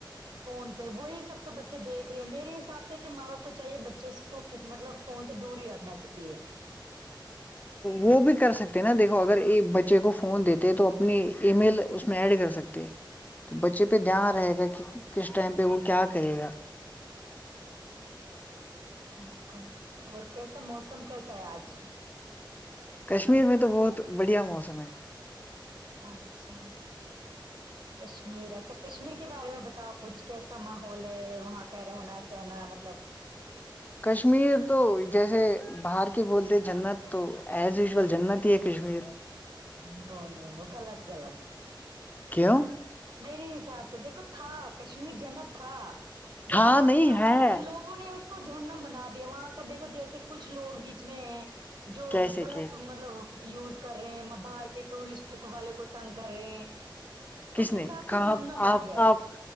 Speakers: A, on the right; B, on the left.
A: فون پہ وہی سب تو بچے دیکھ رہے ہیں میرے حساب سے کہ ماں باپ کو چاہیے بچھے اس کو مطلب فون سے دور ہی رکھنا چاہیے
B: وہ بھی کر سکتے نا دیکھو اگر بچے کو فون دیتے تو اپنی ای میل اس میں ایڈ کر سکتے تو بچے پہ دھیان رہے گا کہ کس ٹائم پہ وہ کیا کرے گا
A: بلکل اور کیسا موسم کیسا ہے آج
B: کشمیر میں تو بہت بڑھیا موسم ہے
A: اچھا کشمیر اچھا کشمیر کے بارے میں بتاؤ کچھ کیسا ماحول ہے وہاں کا رہنا کہنا مطلب
B: کشمیر تو جیسے باہر کے بولتے جنت تو ایز یوژول جنت ہی ہے کشمیر
A: نو نو نو غلط غلط
B: کیوں
A: میرے حساب سے دیکھو تھا کشمیر جنت تھا بٹ
B: ہاں
A: وہاں
B: نہیں
A: کے آج
B: ہے
A: کل کے لوگ لگوں نے اس کو جہنم بنا دیا وہاں کا دیکھو جیسے کچھ لوگ بیچ میں جو
B: کیسے
A: غلط
B: کیسے
A: مطلب یوز کر رہے ہیں باہر کے ٹورسٹ والے کو تنگ کر رہے ہیں اس
B: کس نے
A: حساب سے
B: کہاں
A: جہنم ہو
B: آپ
A: گیا ہے
B: آپ
A: وہ